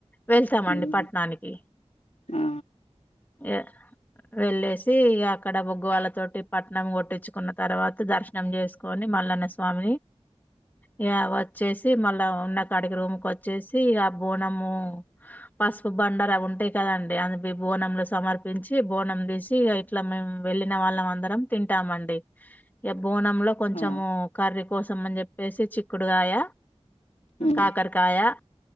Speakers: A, on the left; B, on the left.
A: వెళ్తాము
B: మ్మ్.
A: అండి పట్నానికి
B: ఆ
A: య వెళ్ళేసి తే అక్కడ వోగ్గువాళ తోటి పట్నం కొట్టించుకున్న తర్వాత, దర్శనం చేసుకొని మల్లన్న స్వామిని ఇగా వచ్చేసి మళ్ళ ఉన్న కాడికి రూమ్కి వచ్చేసి, ఆ బోనము పసుపు బండార అవి ఉంటాయి కదండి అవి బోనంలో సమర్పించి బోనం తీసి ఐగా ఇట్లా మేము వెళ్ళిన వాళ్ళం అందరం తింటామండి బోనంలో కొంచెము
B: ఆ
A: కర్రీ కోసంమని చెప్పేసి చిక్కుడుగాయ
B: మ్మ్.
A: కాకరకాయ